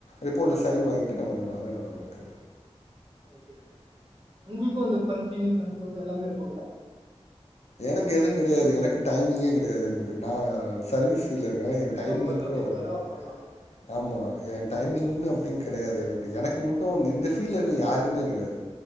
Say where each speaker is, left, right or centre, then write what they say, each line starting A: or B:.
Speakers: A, on the left; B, on the right.
A: ரிப்போர்ட்ல சைன் வாங்கிட்டு
B: சரி
A: நா வந்துடுவே அதா என்னோட ஒர்க்கு
B: ஓகே ஓகே உங்களுக்கு அந்த பஞ்சின்னு பஞ்சவுட்டு எல்லாமே இருக்குல்ல
A: எனக்கு எதுவு கெடையாது எனக்கு டைமிங்கே கெடையாது எனக்கு நா சர்வீஸ் இல்லங்க என்
B: டுவெண்ட்டி
A: டைமிங்க்கு
B: ஃபோர் பாய் செவன் எப்போ
A: வரணு
B: வேணா ஒர்க் பண்ணலாம்
A: ஆமா என் டைமிங்ன்னு அப்டி கெடையாது எனக்கு எனக்கு மட்டு வந்த இந்த ஃபீல்டல இருக்க யாருக்குமே இருக்காது